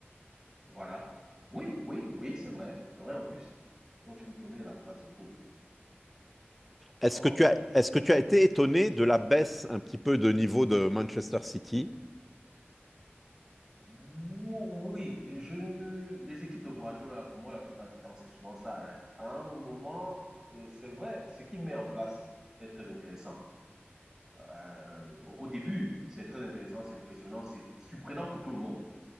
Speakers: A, on the right; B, in the centre.
A: Voilà. Oui, oui, oui, c'est vrai. C'est vrai en plus. Ils ont fini premier de la phase de poule.
B: Est-ce
A: Oh.
B: que tu as, est-ce que tu as été étonné de la baisse un petit peu de niveau de Manchester City?
A: Ou- Oui, et je ne... les équipes de Guardiola, pour moi, la plupart du temps, c'est souvent ça. hein. À un moment, euh, c'est vrai, ce qu'il met en place est très intéressant. Euh, au au début, c'est très intéressant, c'est impressionnant, c'est surprenant pour tout le monde.